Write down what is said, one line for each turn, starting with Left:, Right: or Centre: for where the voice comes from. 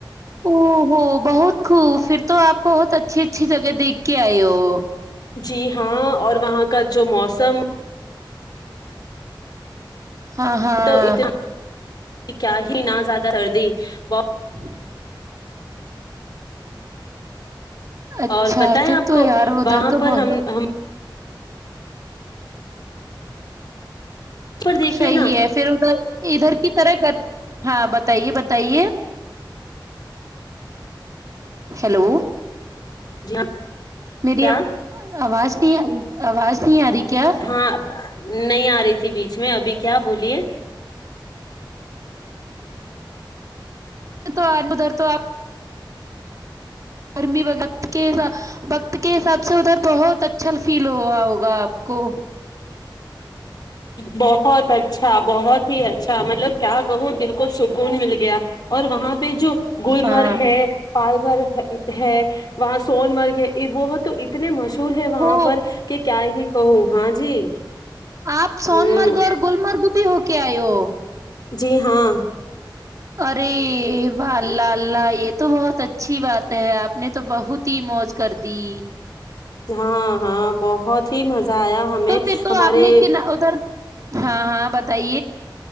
Right: او ہوو بہت خوبھر تو آپ بہت اچھی اچھی جگہ دیکھ کے آئے ہو ہاں
Left: جی ہاں اور وہاں کا جو موسم
Right: ہ ہاں ہاں
Left: تو اتنا کیا ہی نہ زیادہ سردی ب
Right: ہوں اچھا
Left: اور پتہ
Right: پھر
Left: ہے آپ
Right: تو
Left: کو
Right: یار ادھر
Left: وہاں
Right: کا
Left: پر
Right: بت
Left: ہم ہم پر دیکھیے
Right: صحی
Left: نا
Right: ہے پھر ادھر ادھر کی طرح ہاں بتائیے بتائیے ہیلو
Left: جی
Right: میری
Left: کیا
Right: آواز نہیں آ آواز نہیں آ رہی کیا
Left: ہاں نہیں آ رہی تھی بیچ میں ابھی کیا بولیے
Right: تو ادھر تو آپ ہ
Left: بہت اچھا بہت ہی اچھا مطلب کیا کہوں دل کو سکون مل گیا اور وہاں پہ جو گللمرگ
Right: ہاں
Left: ہے پال گھر ہے ہے وہاں سون مرگ ہے وہ تو اتنے مشور ور ہے وہاں
Right: ہو
Left: پر کہ کیا ہی کہوں ہاں جی
Right: آپ سون
Left: ہوں
Right: مرگ اور گللمرگ بھی ہوگ کیا آ ہو
Left: جی ہاں
Right: ارے یہ ب ل ال ل یہ تو بہت اچھی بات ہے آپ نے تو بہت ہی موج کر دی
Left: ہاں ہاں بہت ہی مزہ آیا ہمیں
Right: تو پھر تو
Left: ہمارے
Right: آپ نے ادھر ہاں ہاں ب تئی